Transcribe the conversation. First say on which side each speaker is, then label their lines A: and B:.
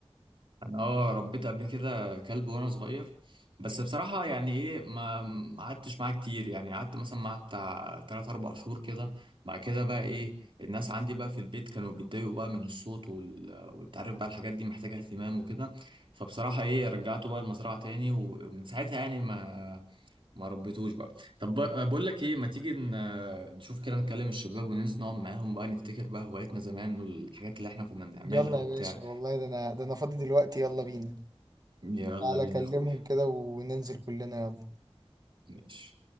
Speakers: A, on the right; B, on the right.
A: انا اه ربيت قبل كده كلب وانا صغير بس بصراحة يعني ايه ما ما قعدتش معاه كتير يعني قعدت مثلا معاه بتاع 3 4 شهور كده بعد كده بقى ايه الناس عندي بقى في البيت كانوا بيتضايقوا بقى من الصوت وال... وانت عارف بقى الحاجات دي محتاجة اهتمام وكده فبصراحة ايه رجعته بقى المزرعة تاني و- ومن ساعتها يعني ما ما ربيتوش بقى طب بق- بقول لك ايه ما تيجي ن- نشوف كده نكلم الشباب وننزل نقعد معاهم بقى نفتكر بقى هواياتنا زمان والحاجات اللي احنا كنا بنعملها
B: يلا
A: وبتاع
B: يا باشا والله ده انا ده انا فاضي دلوقتي يلا بينا
A: يلا
B: تعالى
A: بينا
B: اكلمهم
A: يا اخويا
B: كده وننزل كلنا يلا
A: ماشي